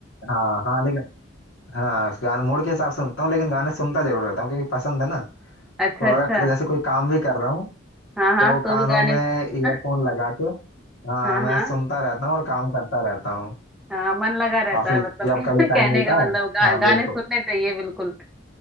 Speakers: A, on the left; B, in the centre.
A: हाँ हाँ लेकिन हाँ गाने मूड के हिसाब से सुनता हूँ लेकिन गाने सुनता जरूर रहता हूँ क्योंकि पसंद है ना
B: अच्छा
A: तो
B: अच्छा
A: अगर जैसे कोई काम भी कर रहा हूँ
B: हाँ हाँ
A: तो
B: तो
A: कानों
B: भी गाने
A: में ईयरफोन
B: <laughs>
A: लगा के हाँ
B: हाँ
A: मैं
B: हाँ
A: सुनता रहता हूँ और काम करता रहता हूँ
B: हाँ मन लगा रहता
A: और फिर
B: है मतलब
A: जब
B: <laughs>
A: कभी टाइम
B: कहने
A: मिलता
B: का मतलब
A: है
B: गा,
A: हाँ
B: गाने
A: बिल्कुल
B: सुनने चाहिए बिल्कुल